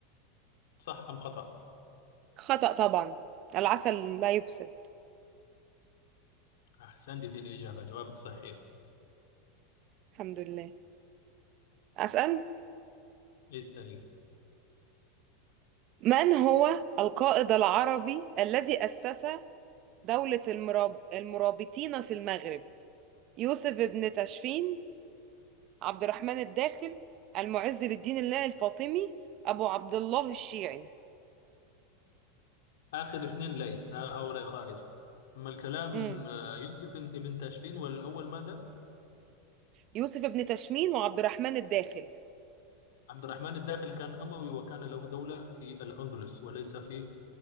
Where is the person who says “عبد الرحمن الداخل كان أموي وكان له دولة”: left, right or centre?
Left